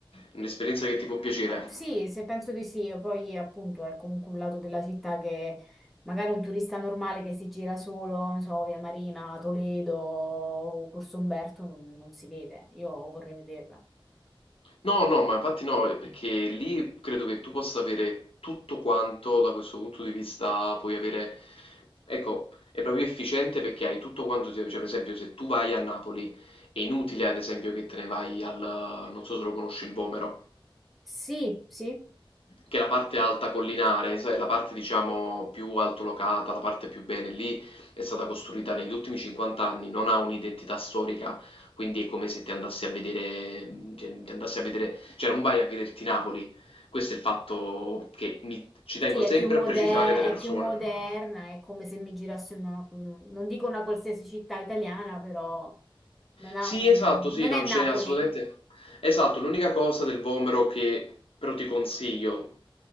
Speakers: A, on the left (about 85°); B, in the centre.
A: un'esperienza che ti può piacere.
B: Sì, se penso di sì, poi appunto è comunque un lato della città che magari un turista normale che si gira solo, non so, via Marina, Toledo, Corso Umberto non, non si vede. Io vorrei vederla.
A: No, no, ma infatti no, perché lì credo che tu possa avere tutto quanto da questo punto di vista, puoi avere, ecco, è proprio efficiente perché hai tutto quanto, cioè per esempio se tu vai a Napoli è inutile ad esempio che te ne vai al, non so se lo conosci, il Vomero.
B: Sì, sì,
A: Che è la parte alta collinare, sai, la parte diciamo più altolocata, la parte più bene, lì è stata costruita negli ultimi 50 anni, non ha un'identità storica, quindi è come se ti andassi a vedere, cioè, ti andassi a vedere, cioè non vai a vederti Napoli. Questo è il fatto che mi- ci tengo
B: Sì, è
A: sempre
B: più mode-
A: a precisare delle
B: è
A: persone.
B: più moderna, è come se mi girassi in una, non dico una qualsiasi città italiana, però non ha
A: Sì,
B: un...
A: esatto, sì,
B: non
A: non
B: è
A: c'è
B: Napoli.
A: assolutamente... Esatto, l'unica cosa del Vomero che però ti consiglio,